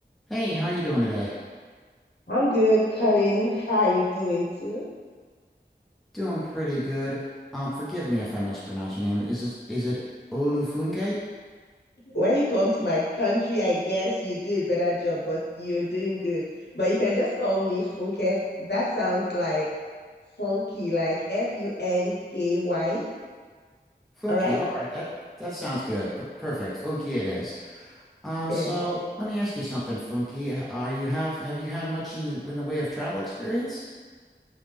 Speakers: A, in the centre; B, on the left.
A: Hey, how are you doing today?
B: I'm good, Colin. How are you doing too?
A: Doing pretty good. Um, forgive me if I mispronounce your name. Is it is it Olufunke?
B: When you come to my country, I guess you do a better job, but you're doing good. But you can just call me Funke. That sounds like funky, like F U N K Y.
A: Funky.
B: All right?
A: All right, that that sounds good. Per perfect. Funky it is. Um,
B: Yeah.
A: so let me ask you something, Funky. H- Are you have have you had much in the in the way of travel experience?